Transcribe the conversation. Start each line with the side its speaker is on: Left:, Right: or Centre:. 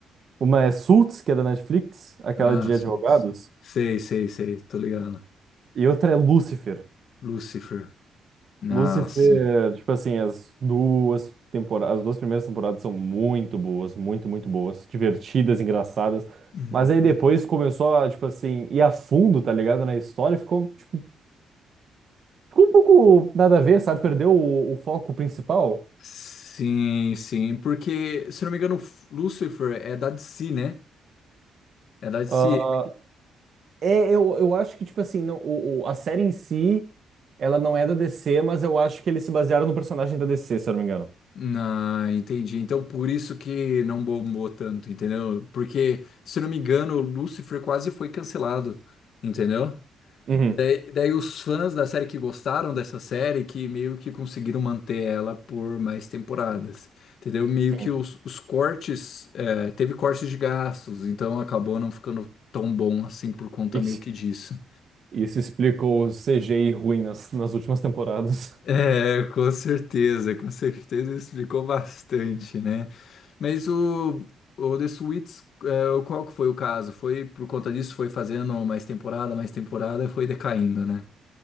Right: Uma é Suits, que é da Netflix, aquela
Left: Ah,
Right: de
Left: sei,
Right: advogados,
Left: sei, sei, sei, tô ligado.
Right: e outra é Lucifer.
Left: Lucifer.
Right: Lucifer,
Left: Ah, sim.
Right: tipo assim, as duas temporadas, as duas primeiras temporadas são muito boas, muito, muito boas, divertidas, engraçadas.
Left: Uhum.
Right: Mas aí depois começou a, tipo assim, ir a fundo, tá ligado, na história, ficou, tipo, ficou um pouco nada a ver, sabe? Perdeu o, o foco principal.
Left: Sim, sim, porque, se não me engano, Lucifer é da DC, né? É da DC
Right: Ah, É, eu, eu acho que, tipo assim, não, o, o- a série em si, ela não é da DC, mas eu acho que eles se basearam no personagem da DC, se eu não me engano.
Left: Ah, entendi. Então, por isso que não bombou tanto, entendeu? Porque, se não me engano, o Lucifer quase foi cancelado, entendeu?
Right: Uhum,
Left: Daí, daí os fãs da série que gostaram dessa série, que meio que conseguiram manter ela por mais temporadas, entendeu? Meio
Right: sim.
Left: que os, os cortes, eh, teve cortes de gastos, então acabou não ficando tão bom assim por conta
Right: Isso,
Left: meio que disso.
Right: isso explica o CGI ruim nas, nas últimas temporadas.
Left: É, com certeza, com certeza explicou bastante, né? Mas o, o The Suits, é, o- qual que foi o caso? Foi por conta disso, foi fazendo mais temporada, mais temporada, foi decaindo, né?